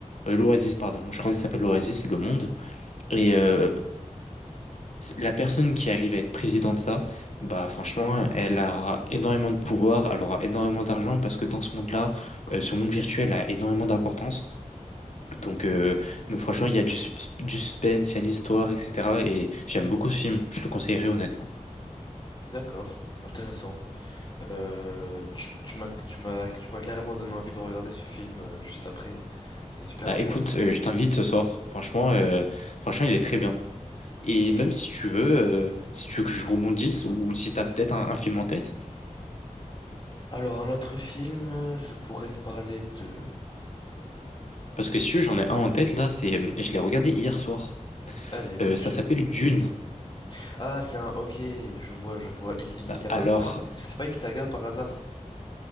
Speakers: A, on the left; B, on the left.
A: Euh, L'Oasis, pardon. Je crois que ça s'appelle l'Oasis, c'est le monde. Et euh, la personne qui arrive à être présidente de ça, bah franchement, elle aura énormément de pouvoir, elle aura énormément d'argent parce que dans ce monde-là, euh, ce monde virtuel a énormément d'importance. Donc, euh, donc franchement, il y a du, sus- du suspense, il y a de l'histoire, etc. Et j'aime beaucoup ce film, je le conseillerais honnêtement.
B: D'accord. Intéressant. Euh, tu, tu m'as, tu m'as, tu m'as carrément donné envie de regarder ce film euh, juste après. C'est super
A: Bah
B: intéressant.
A: écoute, euh, je t'invite ce soir. Franchement, euh, franchement, il est très bien. Et
B: Ok.
A: même si tu veux, euh, si tu veux que je rebondisse ou si t'as peut-être un, un film en tête,
B: Alors, un autre film, euh, je pourrais te parler de...
A: parce
B: de...
A: que si tu veux, j'en ai un en tête là, c'est, je l'ai regardé hier soir.
B: Allez,
A: Euh,
B: je
A: ça s'appelle
B: te... Vas-y.
A: Dune.
B: Ah, c'est un... Ok, je vois, je vois. Il, il,
A: Bah,
B: il y a
A: Alors,
B: pas plus... C'est pas une saga par hasard?